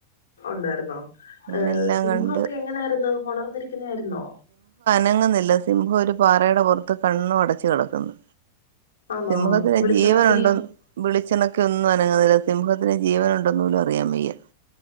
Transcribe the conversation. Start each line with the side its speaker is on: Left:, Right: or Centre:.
Left: ഉണ്ടായിരുന്നോ?
Right: അങ്ങനെ
Left: ഏർ
Right: എല്ലാം
Left: സിംഹ
Right: കണ്ട്
Left: ഒക്കെ എങ്ങനായിരുന്നു ഉണർന്നിരിക്കുന്നായിരുന്നോ?
Right: നങ്ങുന്നില്ല സിംഹ ഒരു പാറെടെ പുറത്ത് കണ്ണു അടച്ച് കെടക്കുന്നു
Left: ആന്നോ
Right: സിംഹത്തിന്
Left: വിളിച്ചുണക്കി
Right: ജീവനുണ്ടോ വിളിച്ചണൊക്കെ ഒന്നും അനങ്ങുന്നില്ല സിംഹത്തിന് ജീവനുണ്ടന്ന് പോലും അറിയാം വയ്യ.